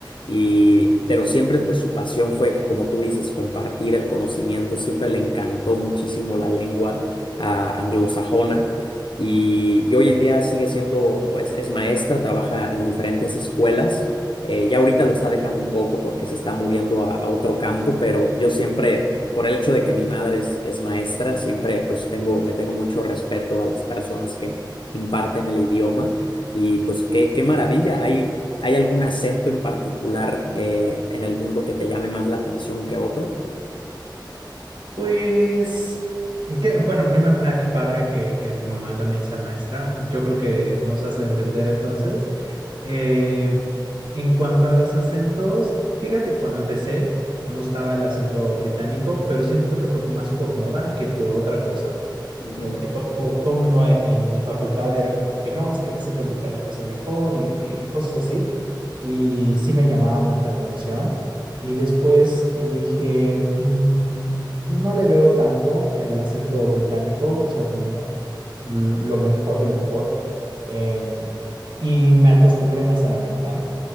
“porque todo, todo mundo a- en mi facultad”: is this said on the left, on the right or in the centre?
Right